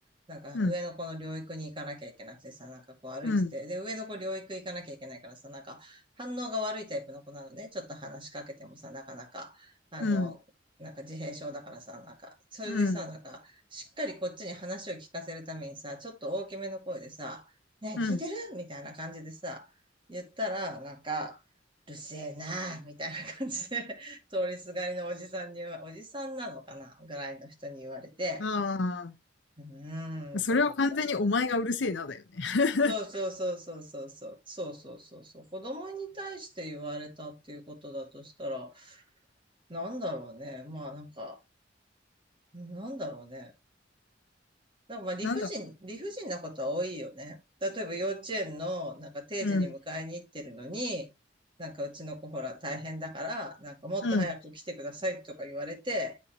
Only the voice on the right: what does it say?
なんか上の子の療育に行かなきゃいけなくてさ、
なんかこう歩いてて、
で、上の子療育行かなきゃいけないからさ、なんか反応が悪いタイプの子なのね、ちょっと話しかけてもさ、なかなか、あの、
なんか自閉症だからさ、なんか、それでさ、
なんか、しっかりこっちに話を聞かせるためにさ、ちょっと大きめの声でさ、ねえ、
聞いてるみたいな感じでさ、言ったら、なんか、うるせえなあみたいな感じで通りすがりのおじさんに言わ、おじさんなのかなぐらいの人に言われて、
うーんって思った。
そうそうそうそうそうそう。そうそうそうそう。子供に対して言われたっていうことだとしたら、なんだろうね。まあなんか、なんだろうね。でもまあ理不尽、
理不尽なことは多いよね。例えば幼稚園のなんか定時に迎えに行ってるのに、
なんかうちの子ほら大変だから、なんかもっと早く来てくださいとか言われて、